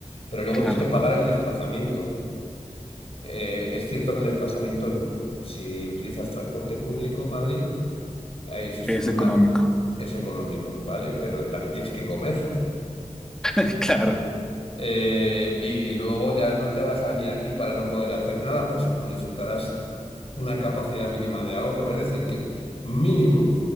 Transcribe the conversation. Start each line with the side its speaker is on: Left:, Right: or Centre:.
Left: Pero luego
Centre: claro,
Left: tienes que pagar el desplazamiento. Eh, es cierto que el desplazamiento, si utilizas transporte público, Madrid, ahí sí es
Centre: es
Left: una-
Centre: económico.
Left: es económico, ¿vale? Pero también tienes que comer.
Centre: <laughs> Claro,
Left: eh, y luego ya no te vas a venir aquí para no poder hacer nada, pues necesitarás una capacidad mínima de ahorro. Es decir, que mínimo,